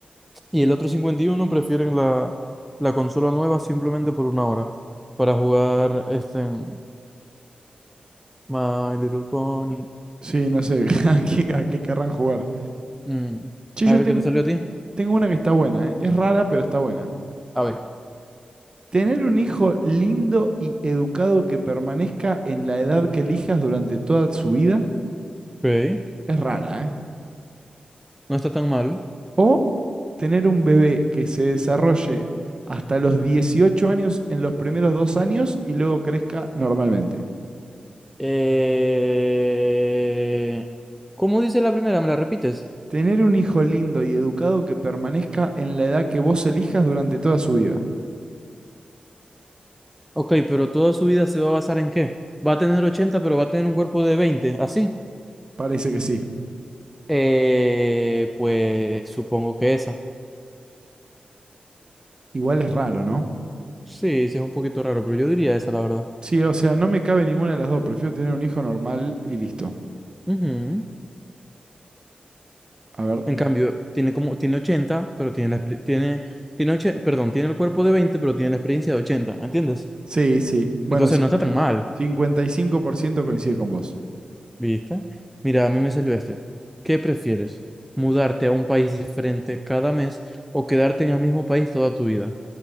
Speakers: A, in the centre; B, on the right.
A: y el otro 51% prefieren la, la consola nueva simplemente por una hora para jugar este en My Little Pony.
B: Sí, no sé, <laughs> a qué, a qué querrán jugar.
A: Mm.
B: Che,
A: A
B: yo
A: ver
B: tengo,
A: qué te salió a ti.
B: tengo una que está buena, ¿eh? Es rara, pero está buena.
A: A ver,
B: Tener un hijo lindo y educado que permanezca en la edad que elijas durante toda su vida
A: Ok,
B: es rara, ¿eh?
A: no está tan mal.
B: O tener un bebé que se desarrolle hasta los 18 años en los primeros dos años y luego crezca normalmente.
A: Eh, ¿Cómo dice la primera? ¿Me la repites?
B: Tener un hijo lindo y educado que permanezca en la edad que vos elijas durante toda su vida.
A: Ok, pero toda su vida se va a basar en qué? Va a tener 80 pero va a tener un cuerpo de 20 ¿así?
B: Parece que sí.
A: Eh, pues supongo que esa.
B: Igual es raro, ¿no?
A: Sí, sí es un poquito raro, pero yo diría esa, la verdad.
B: Sí, o sea, no me cabe ninguna de las dos. Prefiero tener un hijo normal y listo.
A: Ujú.
B: A ver.
A: En cambio, tiene como, tiene 80 pero tiene la, exper- tiene, tiene oche- perdón, tiene el cuerpo de 20 pero tiene la experiencia de ochenta ¿entiendes?
B: Sí, sí. Bueno,
A: Entonces
B: sí.
A: no está tan mal.
B: 55% coincide con vos.
A: ¿Viste? Mira, a mí me salió este. ¿Qué prefieres? ¿Mudarte a un país diferente cada mes o quedarte en el mismo país toda tu vida?